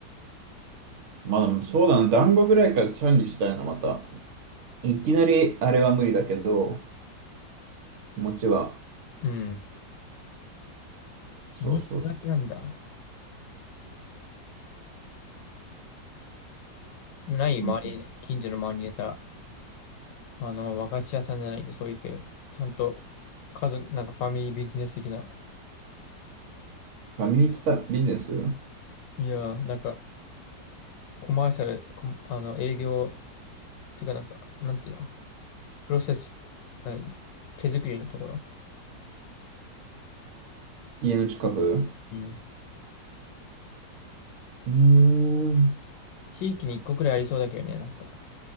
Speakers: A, on the right; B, on the left.
A: まあでもそうだな、団子ぐらいからチャレンジしたいな、また。いきなりあれは無理だけど、餅は。
B: うん。
A: そうそうそ
B: もちがちなんだ。ない、
A: う。
B: 周りに、
A: うん
B: 近所の周りにさ、あの、和菓子屋さんじゃないけど、そういう系、ちゃんと、家族、なんかファミリービジネス的な、
A: ファミリータビジネス
B: いやー、なんか、コマーシャル、コマあの、営業、てかなんか、なんていうの、プロセス、なんか手作りのところ。
A: 家の近くう
B: うん。
A: ーん。
B: 地域に一個くらいありそうだけどね、なんか。